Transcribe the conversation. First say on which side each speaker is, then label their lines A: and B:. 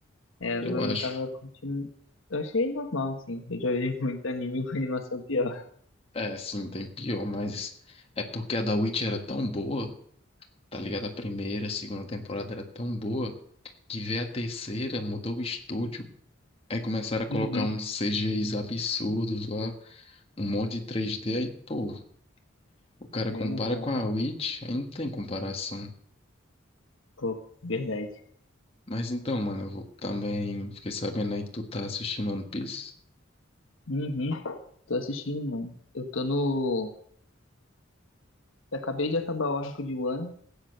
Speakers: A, on the left; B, on the left.
A: é, eu
B: Eu
A: não
B: acho.
A: não tava curtindo. Eu achei normal, assim. Eu já vi muito anime com animação pior.
B: É, sim, tem pior, mas é porque a da Witch era tão boa, tá ligado? A primeira, a segunda temporada era tão boa, que veio a terceira, mudou o estúdio, aí começaram a
A: Uhum,
B: colocar uns CGIs absurdos lá, um monte de 3D, aí, pô, o cara
A: é
B: compara
A: normal.
B: com a Witch, aí não tem comparação.
A: Pô, verdade.
B: Mas então, mano, eu vou também, fiquei sabendo aí que tu tá assistindo One Piece.
A: Uhum, tô assistindo, mano. Eu tô no. Eu acabei de acabar o arco de Wano,